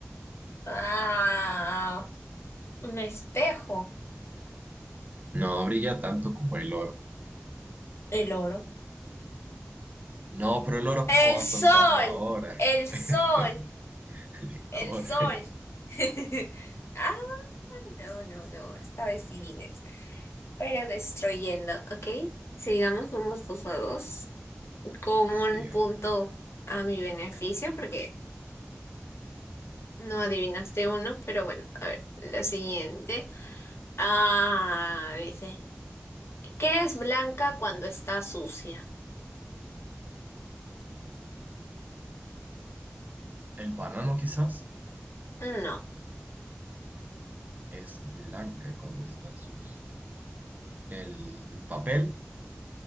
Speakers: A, on the left; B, on the right.
A: Ah, un espejo.
B: no brilla tanto como el oro.
A: El oro.
B: No, pero el oro, ¿cómo
A: El
B: va
A: sol,
B: a contar la hora?
A: el sol,
B: <laughs>
A: el
B: Corre.
A: sol. <laughs> Ah, no, no, no, esta vez sí vine. Pero destruyendo, ¿ok? Sigamos, vamos dos a dos. Con
B: Sí,
A: un punto
B: ah.
A: a mi beneficio, porque no adivinaste uno, pero bueno, a ver, la siguiente. Ah, dice, ¿qué es blanca cuando está sucia?
B: el banano quizás
A: No,
B: es blanca cuando está sucio. El papel